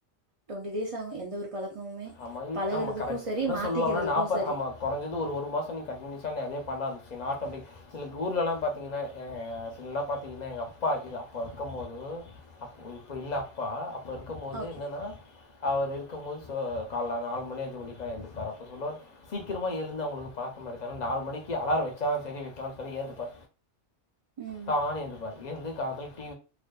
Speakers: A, on the right; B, on the left.
A: டுவெண்டி டேஸ் ஆகு எந்த ஒரு பழக்கமுமே
B: அமை
A: பழகுறதுக்கு
B: ஆமா கரெக்ட்டு
A: சரி
B: என்ன
A: மாத்திக்கிறதுக்கு
B: சொல்லுவாங்கனா நாப்ப
A: சரி
B: ஆமா கொறஞ்சது ஒரு ஒரு மாசோ நீ கன்டினியூஸ் காந்து அதே பண்ணான்ங் செ ஆட்டமடிக் சிலகூர்லலா பாத்தீங்கனா ஆ சிலலா பாத்தீங்கனா எங்கப்பா இது அப்ப இருக்கு போது இப்ப இல்ல அப்பா இப்ப இருக்கு போது
A: ஓகே
B: என்னன்னா அவர் இருக்கு போது சொ கால நாலு மணி அஞ்சு மணிக்லா எந்திப்பாரு அப்ப சொல்வாரு சீக்கிரமா எழுந்து அவுங்ளுக்கு பழக்கமாரக்கு நாலு மணிக்கு அலார வ வெச்சாலு செரி வெக்கிலனாலு சரி ஏ தப்பா
A: ம்
B: டான்னு ஏந்துப்பார் ஏந்து காலத்துல டீ